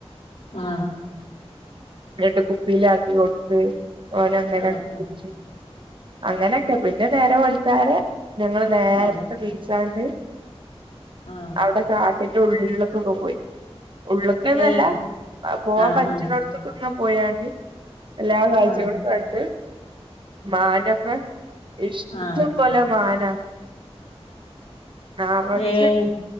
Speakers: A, on the left; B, on the right.
A: ആ
B: ഇന്നിട്ട് കുപ്പീലാക്കി കൊട്ത്ത് ഓനങ്ങന
A: ആഹ്
B: കുടിച് അങ്ങനെക്കെ പിന്നെ നേരം വെൾത്താരെ ഞങ്ങള് നേര്ത്തെ
A: ആഹ്
B: ബീച്ചാ ണ്ട്
A: ആഹ്
B: അവിടെ കാട്ടിന്റെ ഉള്ള്ക്കൊക്കെ പോയി ഉള്ള്ക്നല്ല
A: ഏഹ്
B: പോവാൻ
A: ആഹ്
B: പറ്റുണോട്തൊക്കെ
A: ആഹ്
B: പോയാണ്ട് എല്ലാ കാഴ്ചകളും
A: ആഹ്
B: കണ്ട് മാനൊക്കെ ഇഷ്റ്റം
A: ആഹ്
B: പോലെ മാന നറച്ച്
A: ഏഹ്